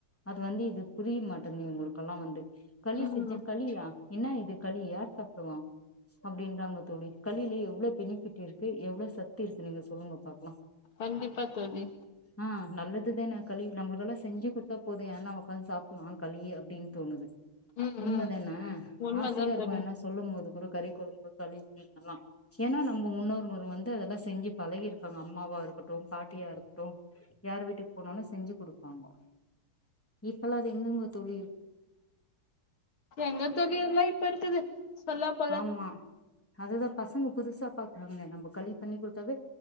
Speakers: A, in the centre; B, on the left (about 70°).
A: அது வந்து இது புரிய மாட்டங்கது இவங்களுக்கெல்லா வந்து களி
B: ம்
A: செஞ்சா களியா என்னா இது களி யார் சாப்பிடுவா அப்பிடின்றாங்க தோழி களியில எவ்ளோ பெனிஃபிட் இருக்கு எவ்வளோ சத்து இருக்கு நீங்க சொல்லுங்க பாக்கலா
B: கண்டிப்பா தோழி
A: ஆஹ் நல்லதுதானே களி நம்மளுக்கெல்லா செஞ்சு குடுத்தா போது யாருனா உக்காந்து சாப்பிட்லா களிய அப்படின் தோணுது
B: ம்
A: உண்ம
B: ம்
A: தான
B: உண்மதா
A: ஆஸ் இதுக்கு
B: தோழி
A: வேணா சொல்லு போது இது கூட கறி கொழம்பு களி இதல்லா ஏனா நம்ம முன்னோருமோரு வந்து அதெல்லா செஞ்சு பழகிருக்காங்க அம்மாவா இருக்கட்டு பாட்டியா இருக்கட்டு யாரு வீட்டுக்கு போனாலு செஞ்சு குடுப்பாங்கோ இப்ப எல்லா அது எங்கங் தோழி
B: எங்கத் தோழி எல்லா இப்பருக்குது சொல்லப் போல
A: ஆமா அதுதா பசங்கப் புதுசா பாக்குறாங்லே நம்ம களி பண்ணி குடுத்தாவே